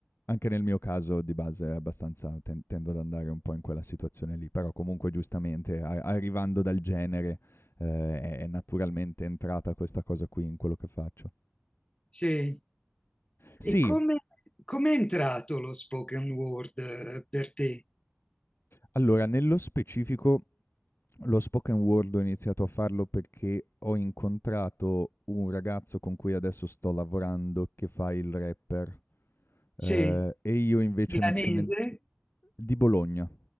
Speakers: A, on the left; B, on the left.
A: anche nel mio caso di base è abbastanza, ten- tendo ad andare un po' in quella situazione lì, però comunque giustamente a- arrivando dal genere eh, è-, è naturalmente entrata questa cosa qui in quello che faccio.
B: Sì.
A: Sì,
B: E come, come è entrato lo spoken word eh, per te?
A: allora nello specifico Lo spoken word ho iniziato a farlo perché ho incontrato un ragazzo con cui adesso sto lavorando che fa il rapper,
B: Sì,
A: ehm, e io invece
B: milanese
A: mi cimen di Bologna.